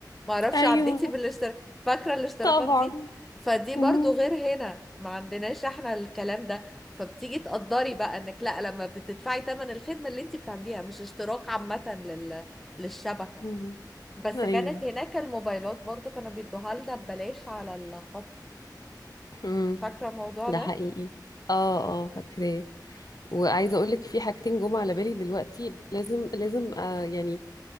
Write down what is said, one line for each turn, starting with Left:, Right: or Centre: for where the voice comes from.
Centre: معرفش
Left: ايوه
Centre: عديتي بالاشتراك فاكرة الاشتراكات
Left: طبعا
Centre: دي فدي برضو
Left: مم.
Centre: غير هنا ما عندناش احنا الكلام ده فبتيجي تقدري بقى انك لا لما بتدفعي تمن الخدمة اللي انت بتعمليها مش اشتراك عامة لل... للشبكة
Left: مم.
Centre: بس
Left: ايوه
Centre: كانت هناك الموبايلات برضو كانوا بيدوها لنا ببلاش على الخط
Left: مم.
Centre: فاكرة الموضوع
Left: ده
Centre: ده
Left: حقيقي اه اه فاكراه وعايزه اقول لك في حاجتين جم على بالي دلوقتي لازم لازم آه يعني